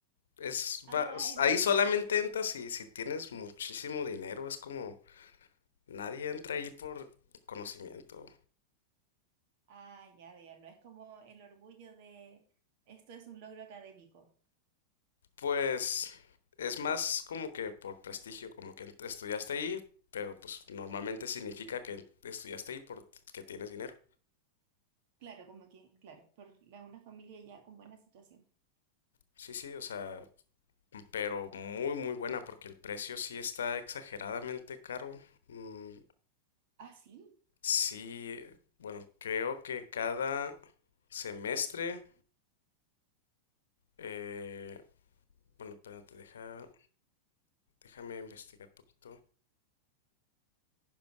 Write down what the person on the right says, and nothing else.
Ah,
entiendo.
Ah, ya veo. No es como el orgullo de esto es un logro académico.
Claro, como que, claro, por la- una familia ya con buena situación.
Ah, sí.